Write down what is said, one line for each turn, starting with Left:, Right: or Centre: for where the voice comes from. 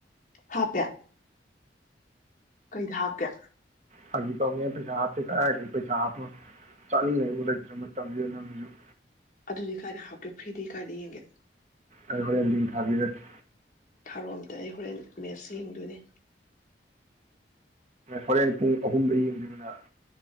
Left: ꯍꯥꯞꯄꯦ ꯀꯩꯗ ꯍꯥꯞꯀꯦ
Right: ꯐꯥꯒꯤ ꯇꯧꯕꯅꯦ ꯄꯩꯁꯥ ꯍꯞꯇꯦ ꯀꯥꯏꯗꯩ ꯄꯩꯁꯥ ꯍꯞꯇꯣꯏꯅ ꯆꯥꯅꯤꯡꯉꯥꯏꯕꯨ ꯂꯩꯇ꯭ꯔꯦ ꯃꯇꯝꯁꯤꯗ ꯅꯪ <inaudible>
Left: ꯑꯗꯨꯗꯤ ꯀꯥꯏꯅ ꯍꯥꯞꯀꯦ ꯐ꯭ꯔꯤꯗꯤ ꯀꯥꯏꯅ ꯌꯦꯡꯒꯦ
Right: ꯑꯩ ꯍꯣꯔꯦꯟ ꯂꯤꯛ ꯊꯥꯕꯤꯔꯛꯀꯦ
Left: ꯊꯥꯔꯣꯛ ꯑꯝꯇꯥ ꯑꯩ ꯍꯣꯔꯦꯟ ꯃꯦꯠꯁ ꯌꯦꯡꯗꯣꯏꯅꯤ
Right: ꯍꯣꯔꯦꯟ ꯄꯨꯡ ꯑꯍꯨꯝꯗ ꯌꯦꯡꯗꯣꯏꯕꯅꯪ